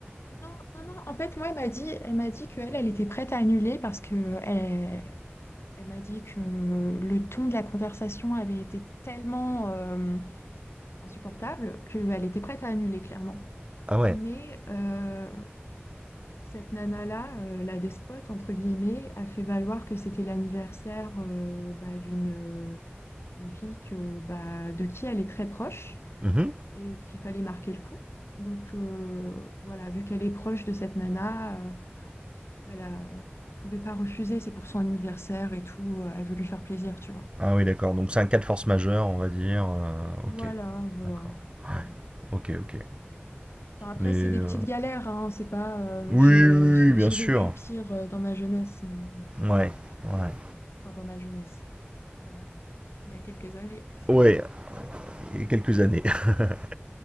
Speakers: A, on the left (about 80°); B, on the right (about 25°).
A: Non, non, non. En fait, moi, elle m'a dit, elle m'a dit qu'elle, elle était prête à annuler parce que elle, elle m'a dit que le ton de la conversation avait été tellement euh, insupportable qu'elle était prête à annuler, clairement.
B: Ah ouais.
A: Mais euh, cette nana-là, euh, la despote, entre guillemets, a fait valoir que c'était l'anniversaire euh, bah, d'une d'une fille que, bah, de qui elle est très proche
B: Mhm.
A: et qu'il fallait marquer le coup. Donc euh, voilà, vu qu'elle est proche de cette nana. euh, Elle a... elle pouvait pas refuser, c'est pour son anniversaire et tout, euh, elle veut lui faire plaisir, tu vois.
B: Ah oui, d'accord. Donc c'est un cas de force majeure, on va dire. Euh,
A: Voilà,
B: ok,
A: voilà.
B: d'accord.
A: Enfin bon.
B: Ok, ok.
A: Enfin, après,
B: Mais
A: c'est
B: euh,
A: des petites galères, hein, c'est pas... euh,
B: oui, oui,
A: j'ai
B: oui,
A: <laughs>
B: oui, bien
A: j'ai
B: sûr.
A: vécu pire euh, dans ma jeunesse, mais
B: Ouais,
A: voilà.
B: ouais.
A: Enfin, dans ma jeunesse, dans... il y a quelques années.
B: Ouais, il y a quelques années. <laughs>